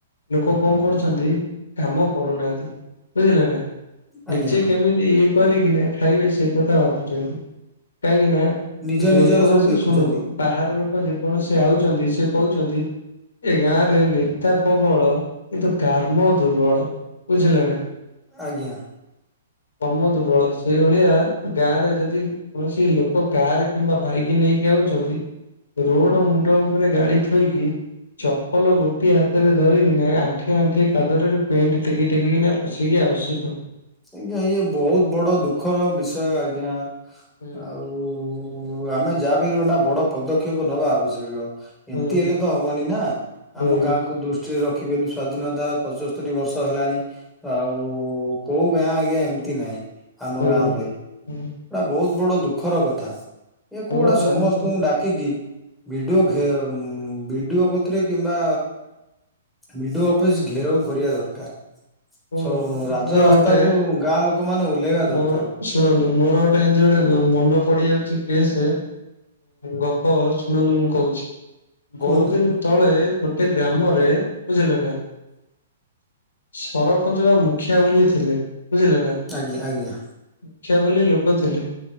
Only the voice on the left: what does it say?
ଲୋକ କଣ କରୁଛନ୍ତି କାମ କରୁନାହାନ୍ତି ବୁଝିଲେ ନା
ନିଜେ ଯଦି ଇଏ କରିକିନା ଖାଇବେ ସେ କଥା ଭାବୁଛନ୍ତି କାହିଁକି ନା
ଯେକୌଣସି
ଶୁଣନ୍ତୁ ବାହାର ଲୋକ ଯେକୌଣସି ଆଉଛନ୍ତି ସେ କହୁଛନ୍ତି। ଏ ଗାଁ ରେ ନେତା ପ୍ରବଳ କିନ୍ତୁ କାର୍ମ ଦୁର୍ବଳ ବୁଝିଲେ ନା।
କର୍ମ ଦୁର୍ବଳ ସେଇଭଳିଆ ଗାଁ ରେ ଯଦି କୌଣସି ଲୋକ କାହାର କିମ୍ବା ଭାଇକି ନେଇକି ଆଉଛନ୍ତି ରୋଡ ମୁଣ୍ଡ ଉପରେ ଗାଡି ଥୋଇକି ଚପଲ ଗୋଟିଏ ହାତରେ ଧରିକି ନା ଆଣ୍ଠିଆ ଆଣ୍ଠିଆ କାଦୁଅ ରେ ପେଣ୍ଟ ଟେକି ଟେକିନା <unintelligible>
ହୁଁ
ହୁଁ
ହୁଁ
ହୁଁ
ହୁଁ
ମୋର
ଗୋଟେ
ଶୁଣନ୍ତୁ
ଶୁଣନ୍ତୁ
ମୋର
ଗୋଟେ
ମୋର
ଶୁଣନ୍ତୁ ମୋର ଗୋଟେ ଏମିତି ଗୋଟେ ମନ ପଡିଯାଉଚି। କିଏ ସେ ଗପ ଶୁଣନ୍ତୁ ମୁଁ କହୁଛି
ବହୁତ ଦିନେ ତଳେ ଗୋଟେ ଗ୍ରାମରେ ବୁଝିଲେ ନା? ସରପଞ୍ଚ ବା ମୁଖିଆ ବୋଲି ଥିଲେ ବୁଝିଲେ ନା?
ମୁଖିଆ ବୋଲି ଲୋକ ଥିଲେ